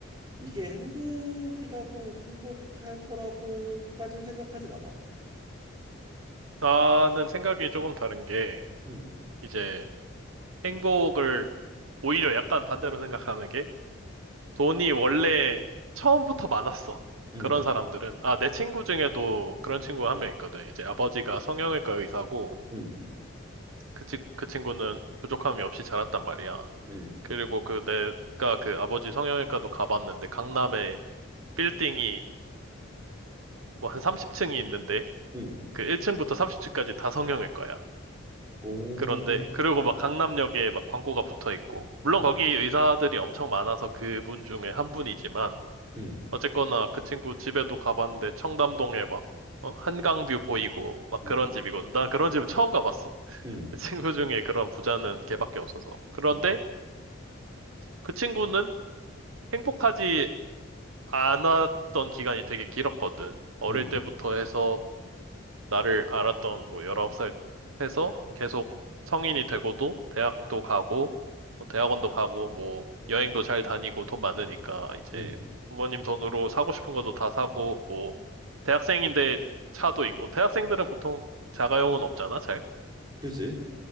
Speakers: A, on the right; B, on the right.
A: 이게 행복이라고 행복할 거라고까진 생각하진 않아.
B: 나는 생각이 조금 다른 게,
A: 음,
B: 이제 행복을 오히려 약간 반대로 생각하는 게, 돈이 원래 처음부터 많았어.
A: 음,
B: 그런 사람들은. 아, 내 친구 중에도 그런 친구가 한 명 있거든. 이제 아버지가 성형외과 의사고,
A: 음,
B: 그, 친- 그 친구는 부족함이 없이 자랐단 말이야.
A: 음,
B: 그리고 그 내가 그 아버지 성형외과도 가봤는데 강남에 빌딩이 뭐 한 30층이 있는데
A: 음.
B: 그 1층부터 30층까지 다 성형외과야.
A: 오,
B: 그런데 그리고 막 강남역에 막 광고가 붙어 있고 물론
A: 음,
B: 거기 의사들이 엄청 많아서 그분 중에 한 분이지만
A: 음,
B: 어쨌거나 그 친구 집에도 가봤는데 청담동에 막 어? 한강뷰 보이고 막
A: 음,
B: 그런 집이거든. 난 그런 집은 처음 가봤어.
A: 음, 음,
B: <laughs> 친구 중에 그런 부자는 걔밖에 없어서. 그런데
A: 음,
B: 그 친구는 행복하지 안 왔던 기간이 되게 길었거든. 어릴
A: 음.
B: 때부터 해서 나를 알았던 뭐 19살 해서 계속 성인이 되고도 대학도 가고 뭐 대학원도 가고 뭐 여행도 잘 다니고 돈 많으니까 이제
A: 음.
B: 부모님 돈으로 사고 싶은 것도 다 사고 뭐 대학생인데 차도 있고 대학생들은 보통 자가용은 없잖아, 잘.
A: 그지?